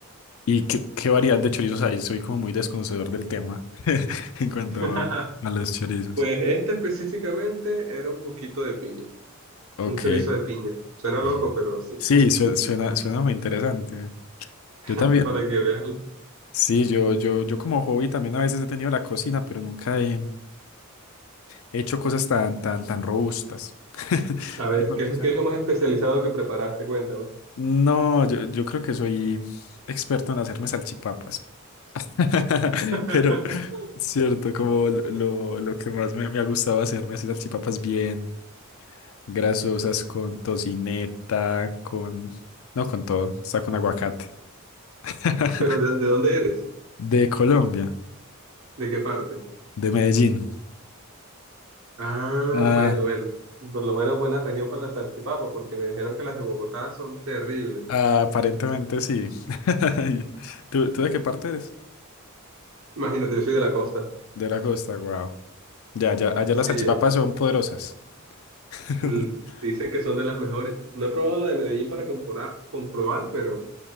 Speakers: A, on the left (about 75°); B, on the right (about 70°).
A: y qué, qué variedad de chorizos hay. Soy como muy desconocedor del tema <laughs> en cuanto
B: ¿ah? <laughs>
A: a, a los chorizos.
B: Pues este específicamente era un poquito de piña,
A: Ok.
B: un chorizo de piña. Suena
A: Bien.
B: loco, pero sí,
A: Sí, sue- suena, suena muy interesante.
B: <laughs>
A: Yo también.
B: para que veas.
A: Sí, yo, yo, yo como hobby también a veces he tenido la cocina, pero nunca he he hecho cosas tan, tan, tan robustas. <laughs>
B: A ver,
A: Perdón,
B: ¿qué
A: Mecha.
B: es, qué es lo más especializado que preparaste? Cuéntame.
A: No, yo, yo creo que soy experto en hacerme salchipapas. <laughs>
B: <laughs>
A: Pero, cierto, como lo, lo- lo que más me, me ha gustado hacerme así salchipapas bien grasosas con tocineta, con... No, con todo, está con aguacate. <laughs>
B: Pero ¿de, de dónde eres?
A: De Colombia,
B: ¿De qué parte?
A: de Medellín.
B: Ah,
A: Ah,
B: bueno, bueno. Por lo menos buena región para las salchipapas, porque me dijeron que las de Bogotá son terribles.
A: ah, aparentemente sí. <laughs> Ay, ¿Tú, tú de qué parte eres?
B: Imagínate, yo soy de la costa.
A: De la costa, wow. Ya, ya, allá las
B: Sí,
A: salchipapas
B: em,
A: son poderosas. <laughs>
B: l- dice que son de las mejores. No he probado la de Medellín para compora- comprobar, pero